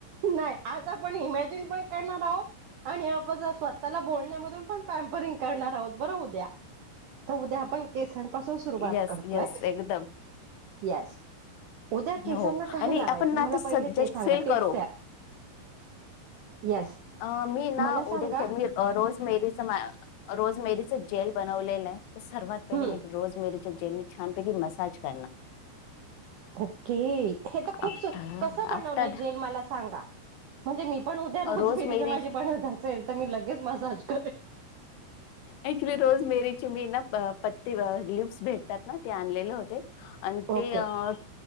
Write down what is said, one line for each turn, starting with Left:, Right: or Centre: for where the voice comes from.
Right: नाही आज आपण इमॅजिन पण करणार आहोत आणि आपण स्वतःला बोलण्यामधून पण पॅमपरिंग करणार आहोत बर उद्या. तर उद्या आपण केसांपासून सुरुवात
Left: येस
Right: करतोय.
Left: येस एकदम
Right: येस. उद्या केसांना
Left: हो
Right: काही
Left: आणि
Right: लावायचं
Left: आपण ना
Right: मला
Left: तर
Right: पहिले
Left: जस्ट
Right: ते सांगा
Left: फील
Right: टिप्स
Left: करू
Right: द्या. येस
Left: अ मी ना
Right: मला सांगा
Left: उद्या मी रोज मेरीच रोज मेरी जेल बनवलेलं आहे, तर सर्वात पहिली
Right: हम्म
Left: मी ती रोज मेरी जेली छान पैकी मसाज करणार.
Right: ओके हे तर खूप
Left: आफ्टर
Right: कसं बनवलंय
Left: आफ्टर
Right: जेल मला सांगा. म्हणजे मी पण उद्या त्या रोजबेरीच
Left: रोज मेरी
Right: माझी बनत असेल, तर मी लगेच मसाज करेल.
Left: ऍक्च्युली रोज मेरीची मी ना पत्ती ल्युप्स भेटतात. ना ते आणलेले होते आणि ते
Right: ओके.
Left: अ